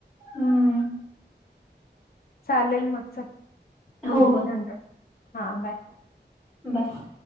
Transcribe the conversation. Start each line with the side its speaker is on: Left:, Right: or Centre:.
Centre: हम्म.
Left: चालेल मग चल,
Centre: हो
Left: बोलू नंतर हा बाय.
Centre: बर.